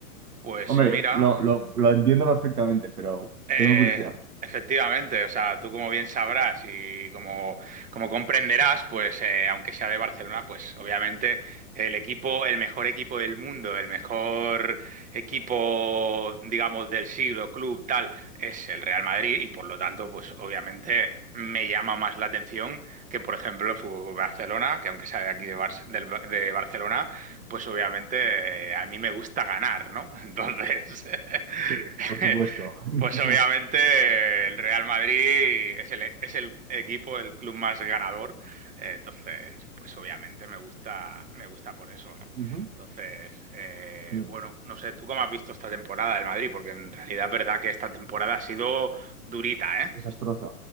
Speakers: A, on the right (about 15°); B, on the right (about 80°).
A: Pues
B: Hombre,
A: mira,
B: lo, lo- lo entiendo perfectamente, pero
A: Eh,
B: tengo curiosidad.
A: efectivamente, o sea, tú como bien sabrás y como, como comprenderás, pues eh, aunque sea de Barcelona, pues obviamente el equipo, el mejor equipo del mundo, el mejor equipo, digamos, del siglo, club, tal, es el Real Madrid y por lo tanto, pues obviamente me llama más la atención que, por ejemplo, el Fútbol Club Barcelona, que aunque sea de aquí de, Bar- del- de Barcelona, pues obviamente eh, a mí me gusta ganar, ¿no? Entonces... <laughs>
B: Sí.
A: <laughs>
B: Por supuesto. <laughs>
A: Pues obviamente el Real Madrid es el, es el equipo, el club más ganador. Eh, Entonces, pues obviamente me gusta, me gusta por eso, ¿no?
B: Ujú.
A: Entonces, eh,
B: Sí,
A: bueno, no sé, ¿tú cómo has visto esta temporada del Madrid? Porque en realidad es verdad que esta temporada ha sido durita, ¿eh?
B: Desastrosa.